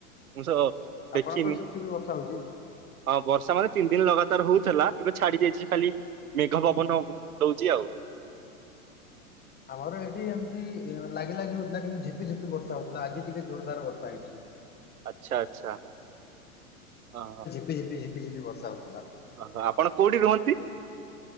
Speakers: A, on the right; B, on the left.
A: ମୁଁ ତ
B: ଆପଣଙ୍କର
A: ଦେଖିନି।
B: ସେଠି ବି ବର୍ଷା ହଉଛି?
A: ହଁ ବର୍ଷା ମାନେ ତିନି ଦିନ ଲଗାତାର ହଉଥିଲା ଏବେ ଛାଡି ଯାଇଛି ଖାଲି ମେଘ ପବନ ଦଉଛି ଆଉ।
B: ଆମର ଏଇଠି ଏମିତି ଲାଗ ଲାଗି ହଉଥିଲା କିନ୍ତୁ ଝିପ ଝିପି ବର୍ଷା ହଉଥିଲା ଆଜି ଟିକେ ଜୋରଦାର ବର୍ଷା ହେଇଛି।
A: ଆଚ୍ଛା ଆଚ୍ଛା ଅହ
B: ଝିପିଝିପି ବର୍ଷା ହଉଥିଲା।
A: ଓହୋ ଆପଣ କୋଉଠି ରହନ୍ତି?